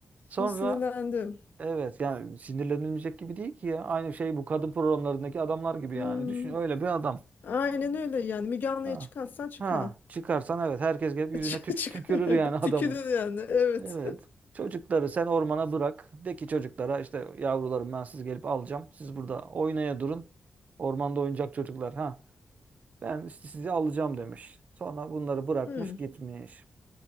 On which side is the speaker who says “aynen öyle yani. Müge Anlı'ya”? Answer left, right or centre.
Left